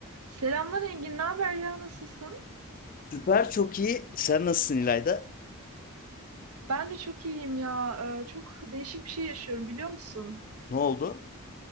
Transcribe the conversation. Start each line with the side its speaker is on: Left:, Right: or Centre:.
Right: Selamlar Engin, ne haber ya, nasılsın?
Left: Süper çok iyi. Sen nasılsın İlayda?
Right: Ben de çok iyiyim ya. Ee, çok değişik bir şey yaşıyorum biliyor musun?
Left: Ne oldu?